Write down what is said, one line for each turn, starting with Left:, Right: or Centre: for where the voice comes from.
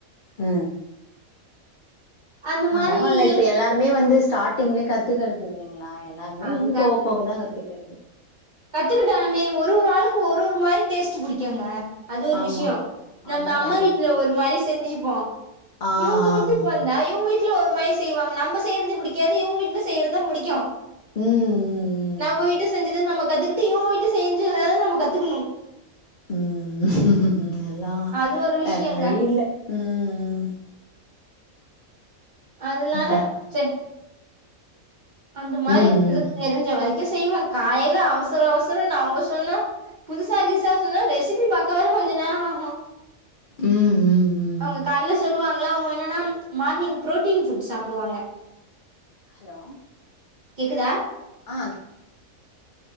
Left: ம்
Right: அந்த
Left: பரவால
Right: மாரி
Left: இப்ப
Right: எங்
Left: எல்லாருமே வந்து ஸ்டாடிங்ல கத் கத்துக்கறது இல்லைங்ளா எல்லாருமே
Right: அது
Left: வந்து போக போக தா கத்துக்கற்து
Right: கத்துக் கிட்டாலுமே ஒரு ஒரு ஆளுக்கு ஒரு ஒரு மாரி டேஸ்ட் புடிக்குங்க அது ஒரு
Left: ஆமா
Right: விஷ்யோ நம்ம
Left: அதுவு
Right: அம்மா
Left: கண்டிப்பா
Right: வீட்ல ஒரு மாரி செஞ்சிர்ப்போ
Left: ஆ
Right: இவுங்க
Left: ஆ
Right: வீட்டுக்
Left: ம்
Right: வந் தா இவுங்க வீட்ல ஒரு மாரி செய்வாங்க நம்ம செய்யறத பிடிக்காது இவுங்க வீட்ல செய்யறதா புடிக்கு
Left: ம்
Right: நா
Left: ம்
Right: போயிட்டு செஞ்சத நம்ம கத்துக்கிட்டு இவுங்க விட்டு செஞ்சி வேற நம்ம கத்துக்கனு
Left: ம் எல்லா
Right: அது ஒரு
Left: வேற
Right: விஷயங்க
Left: வழி இல்ல ம் ம்
Right: அதனால
Left: ம்
Right: சேர் அந்த மாரி
Left: ம்
Right: இது தெரிஞ்ச வரைக்கு செய்வே காலைல அவசர அவசரன் அவுங்க சொன்னா புதுசா கிதுசா சொன்னா ரெசிபி பாக்க வேற கொஞ்ச நேரோ ஆகு
Left: ம் ம் ம்
Right: அவுங்க கால்ல சொல்லுவாங் களா அவுங்க என்னனா மார்னிங் புரோட்டீன் ஃபுட் சாப்டுவாங்க
Left: ஹலோ
Right: கேக்குதா
Left: ஆ